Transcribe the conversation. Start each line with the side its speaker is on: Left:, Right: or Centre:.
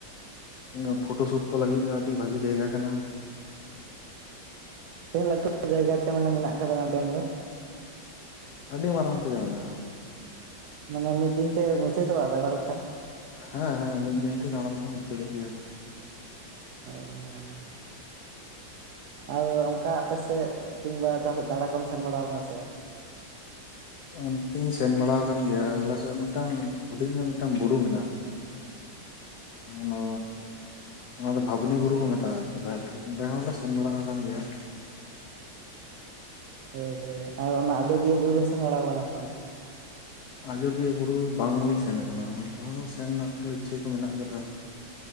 Left: ᱚᱱᱮ ᱯᱷᱳᱴᱳ ᱥᱩᱴ ᱠᱚ ᱞᱟᱹᱜᱤᱫ ᱫᱚ ᱟᱹᱰᱤ ᱵᱷᱟᱹᱜᱤ ᱡᱟᱭᱜᱟ ᱠᱟᱱᱟ᱾
Right: ᱪᱮᱫ ᱟᱹᱛᱩ ᱡᱟᱭᱜᱟ ᱛᱮ ᱢᱟᱱᱮ ᱢᱮᱱᱟᱜ ᱟᱠᱟᱫᱟ ᱚᱱᱟ ᱛᱟᱢ ᱫᱚ?
Left: ᱟᱹᱰᱤ ᱢᱟᱨᱟᱝ ᱛᱮᱜᱮ ᱢᱮᱱᱟᱜ-ᱟ᱾
Right: ᱢᱟᱱᱮ ᱢᱤᱫ ᱫᱤᱱ ᱛᱮ ᱢᱩᱪᱟ ᱪᱟᱵᱟᱜᱼᱟ, ᱫᱟᱬᱟ ᱞᱮᱠᱷᱟᱡ?
Left: ᱦᱮᱸ ᱦᱮᱸ ᱢᱤᱫ ᱫᱤᱱ ᱛᱮ ᱫᱟᱬᱟ ᱞᱮᱠᱷᱟᱱ ᱢᱩᱪᱟᱹᱫᱚᱜ ᱜᱮᱭᱟ᱾
Right: ᱦᱳᱭ ᱦᱳᱭ ᱦᱚᱭ ᱾ ᱟᱹᱣ ᱭᱟ ᱚᱱᱠᱟ ᱟᱯᱮ ᱥᱮᱜ ᱠᱤᱝ ᱵᱟ ᱟᱪᱟ ᱥᱮᱜ ᱫᱟᱬᱟ ᱠᱚᱢ ᱥᱮᱱ ᱵᱟᱲᱟᱣᱟᱠᱟᱱᱟ ᱥᱮ ᱵᱟᱝ?
Left: ᱚᱱᱛᱤᱧ ᱥᱮᱱ ᱵᱟᱲᱟ ᱟᱠᱟᱱ ᱜᱮᱭᱟ ᱟᱞᱮᱥᱮᱫ ᱢᱤᱫᱴᱟᱝ ᱦᱩᱰᱤᱧ ᱧᱚᱜ ᱢᱤᱫᱴᱟᱝ ᱵᱩᱨᱩ ᱢᱮᱱᱟᱜ-ᱟ, <inaudible> ᱚᱱᱟ ᱚᱱᱟ ᱫᱚ ᱵᱷᱟᱵᱽᱱᱤ ᱵᱩᱨᱩ ᱠᱚ ᱢᱮᱛᱟᱜ-ᱟ, ᱛᱟᱦᱮᱞᱮ ᱚᱸᱰᱮ ᱦᱚᱸᱞᱮ ᱥᱮᱱ ᱵᱟᱲᱟ ᱦᱟᱠᱟᱱ ᱜᱮᱭᱟ᱾
Right: ᱦᱳᱭ ᱦᱳᱭ ᱟᱨ ᱚᱱᱟ ᱟᱡᱚᱫᱤᱭᱟᱹ ᱵᱩᱨᱩ ᱥᱤᱸᱜᱟᱲᱟ ᱵᱚᱸᱜᱟ ᱥᱮ ᱚᱱᱛᱮ
Left: ᱟᱡᱚᱫᱤᱭᱟᱹ ᱵᱩᱨᱩ ᱵᱟᱝ ᱞᱤᱧ ᱥᱮᱱ ᱟᱠᱟᱱᱟ, ᱚᱱᱛᱮ ᱦᱚᱸ ᱥᱮᱱ ᱱᱟᱜ ᱫᱚ ᱤᱪᱪᱷᱟᱹ ᱠᱚ ᱢᱮᱱᱟᱜ ᱜᱮᱫᱚ,